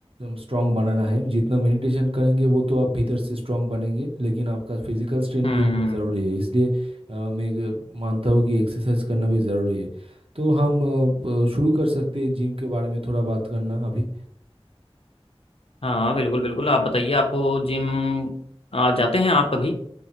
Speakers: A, on the right; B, on the left.
A: स्ट्रांग बनाना है जितना मेडिटेशन करेंगे वो तो आप भीतर से स्ट्रांग बनेंगे लेकिन आपका फिजिकल स्ट्रेंथ
B: हम्म
A: भी उतना ज़रूरी है इसलिए अ, मैं एक मानता हूँ कि एक्सरसाइज करना भी ज़रूरी है तो हम अ, ब- शुरू कर सकते हैं जिम के बारे में थोड़ा बात करना अभी
B: हाँ बिल्कुल बिल्कुल आप बताइए आपको जिम आ, जाते हैं आप अभी